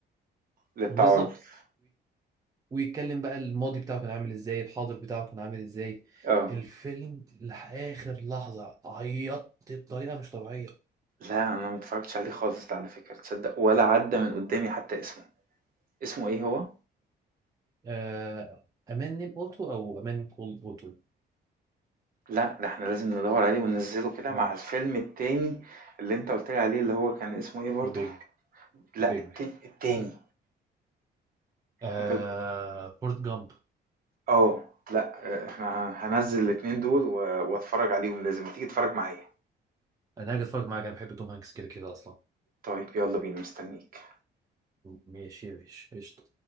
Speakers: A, on the right; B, on the right.
A: للتعارف
B: بالظبط ويتكلم بقى الماضي بتاعه كان عامل ازاي الحاضر بتاعه كان عامل ازاي
A: اه
B: الفيلم لآخر لحظة عيطت بطريقة مش طبيعية
A: لا انا ما اتفرجتش عليه خالص ده على فكرة تصدق ولا عدى من قدامي حتى اسمه اسمه ايه هو
B: آه أمان نيم أوتو أو أمان كولد أوتو
A: لا ده احنا لازم ندور عليه وننزله كده
B: اه
A: مع الفيلم التاني اللي انت قلت لي عليه اللي هو كان اسمه ايه برضه
B: بيج
A: لأ
B: بيج
A: الت التاني
B: آه
A: أنت قُلت
B: فورت جامب
A: آه، لأ آه، إحنا هانزّل الاتنين دول و واتفرّج عليهم لازم، ما تيجي تتفرّج معايا؟
B: أنا هاجي أتفرج معاك أنا بحب توم هانكس كده كده أصلا
A: طيب يالّا بينا مستنيك.
B: ماشي يا باشا قشطة